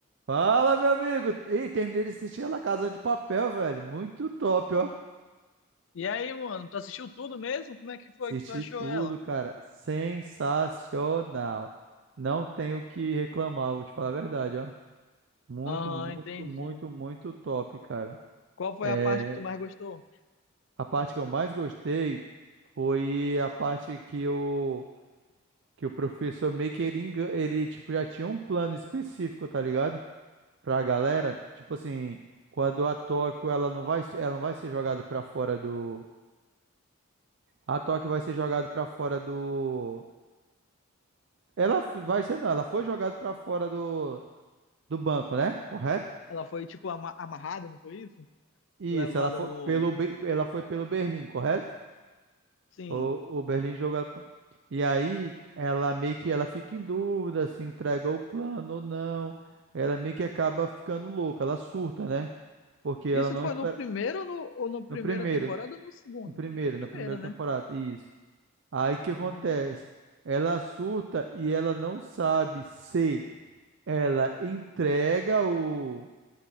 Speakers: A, on the right; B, on the left.
A: Fala, meu amigo! Ei, terminei de assistir a La Casa de Papel, velho. Muito top, ó.
B: E aí, mano, tu assistiu tudo mesmo? Como é que foi
A: Assisti
B: que tu achou
A: tudo,
B: ela?
A: cara. Sensacional. Não tenho o que reclamar, vou te falar a verdade, ó. Muito,
B: Aham,
A: muito,
B: entendi.
A: muito, muito top, cara.
B: Qual foi
A: É,
B: a parte que tu mais gostou?
A: a parte que eu mais gostei foi a parte que o, que o professor meio que ele, engan- ele, tipo, já tinha um plano específico, tá ligado? Pra galera, tipo assim, quando a Tóquio, ela não vai, ela não vai ser jogada pra fora do A Tóquio vai ser jogada pra fora do. Ela f- vai ser, não, ela foi jogada pra fora do, do banco, né? Correto?
B: Ela foi, tipo, ama- amarrada, não foi isso?
A: Isso,
B: Levada
A: ela foi
B: no.
A: pelo, Be- ela foi pelo Berlim, correto?
B: Sim.
A: O, o Berlim jogou ela pra... E aí, ela meio que ela fica em dúvida se entrega o plano ou não. Ela meio que acaba ficando louca, ela surta, né? Porque ela
B: Isso
A: não
B: foi
A: espera.
B: no primeiro ou no, ou no primeira
A: No primeiro,
B: temporada ou no segundo?
A: no primeiro,
B: No primeiro,
A: na primeira
B: né?
A: temporada, isso. Aí o que
B: Uhum.
A: acontece? Ela surta e ela não sabe se. Ela entrega o.